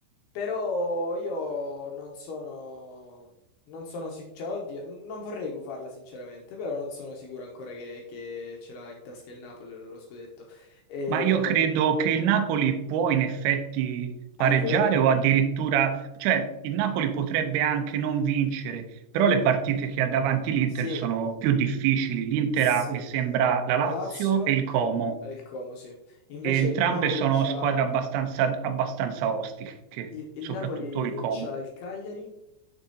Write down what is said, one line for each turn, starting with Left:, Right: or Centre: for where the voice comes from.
Left: Però io non sono, non sono sicuro, cioè oddio, n- non vorrei gufarla sinceramente, però non sono sicuro ancora che, che ce l'ha in tasca il Napoli lo lo scudetto. E
Right: Ma io credo che il Napoli può in effetti pareggiare
Left: a livello di...
Right: o addirittura, cioè il Napoli potrebbe anche non vincere, però le partite che ha davanti l'Inter
Left: Sì,
Right: sono più difficili. L'Inter
Left: sì,
Right: ha, mi sembra, la
Left: la
Right: Lazio
Left: Lazio
Right: e il Como.
Left: e il Como, sì. Invece
Right: E entrambe
Left: il Napoli
Right: sono
Left: c'ha
Right: squadre abbastanza, abbastanza ostiche,
Left: il, il
Right: soprattutto
Left: Napoli
Right: il Como.
Left: c'ha il Cagliari